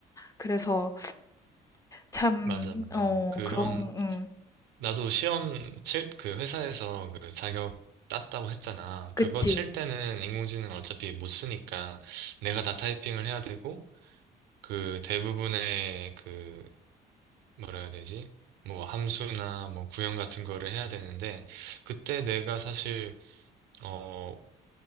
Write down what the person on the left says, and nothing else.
그래서 참,
어,
그런, 음,
그치.